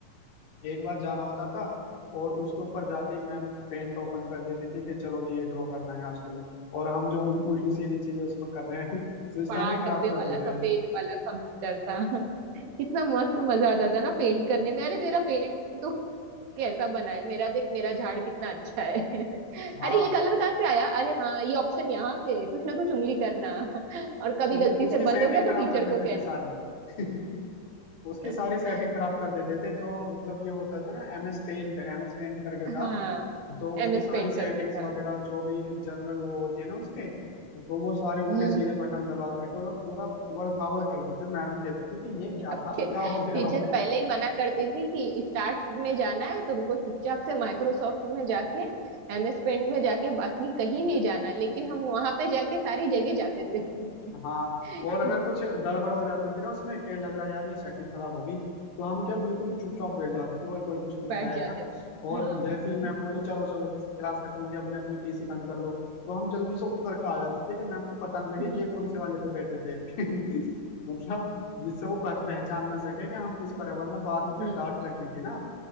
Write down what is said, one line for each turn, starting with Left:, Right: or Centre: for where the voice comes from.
Left: एक बार जाना होता था और उसके ऊपर जाते ही मैम पेन ओपन कर देती थी कि चलो जी ये ड्रॉ करना है आज तुम्हें और हम जो उल्टी सीधी चीजें उसमें कर रहे हैं <laughs> सिस्टम
Right: बड़ा
Left: ही खराब
Right: डब्बे
Left: कर
Right: वाला
Left: देते
Right: सफेद
Left: हैं
Right: वाला कंप्यूटर था <laughs> कितना मस्त मजा आता था ना पेंट करने में अरे तेरा पेंट तो कैसा बना है मेरा देख मेरा झाड़ कितना अच्छा है <laughs>
Left: हाँ
Right: अरे ये कलर कहाँ से आया अरे हाँ ये ऑप्शन यहाँ से है। कुछ ना कुछ उंगली करना <laughs> और कभी
Left: उ-
Right: गलती
Left: उसकी
Right: से बंद
Left: सेटिंग
Right: हो गया तो
Left: खराब
Right: टीचर
Left: कर देते
Right: को कहना
Left: थे सारी <laughs> उसकी
Right: <laughs>
Left: सारी सेटिंग खराब कर देते थे जो मतलब ये होता था ना एमएस पेंट एमएस पेंट करके था
Right: हाँ
Left: तो उसकी
Right: एमएस
Left: सारी
Right: पेंट
Left: सेटिंग्स
Right: करके था
Left: वगैरह जो भी जनरल वो होती है ना उसके तो वो सारे उल्टे
Right: हम्म
Left: सीधे बटन दबा करके उसका पूरा उबड़ खाबड़ कर देते मैडम कहती थी कि ये क्या
Right: सबके
Left: था और क्या हो गया
Right: टीचर पहले ही मना करती थी कि स्टार्ट में जाना है तुमको चुपचाप से माइक्रोसॉफ्ट में जाके एमएस पेंट में जाके बाकी कहीं नहीं जाना लेकिन हम वहां पे जाके सारी जगह जाते थे
Left: हाँ
Right: <laughs>
Left: और अगर कुछ गड़बड़ हो जाती थी ना उसमें क्या लग रहा है यार ये सेटिंग खराब होगी तो हम क्या बिल्कुल चुपचाप बैठ जाते थे और कोई कुछ नहीं बताएगा
Right: बैठ जाते थे
Left: और
Right: हाँ
Left: जैसे ही मैम बोली चलो चलो किस क्लास खत्म होगी अपने अपने पीसी बंद कर दो तो हम जल्दी से उठ करके आ जाते थे कि मैम को पता न लगे
Right: हम्म
Left: ये कौन से वाले पे बैठे थे <laughs> मतलब जिससे वो पह- पहचान ना सके कि हम किस पर है वरना बाद में फिर
Right: हम्म
Left: डांट लगती थी ना